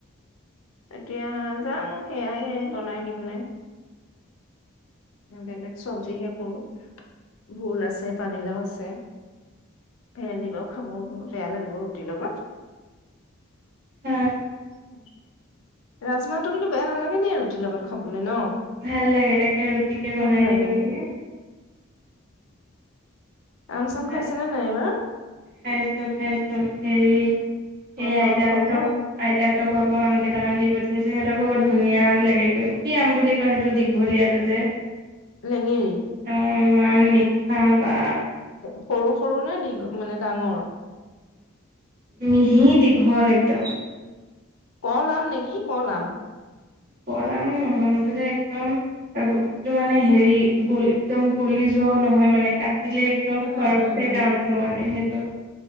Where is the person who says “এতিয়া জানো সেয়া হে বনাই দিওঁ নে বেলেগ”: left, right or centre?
Left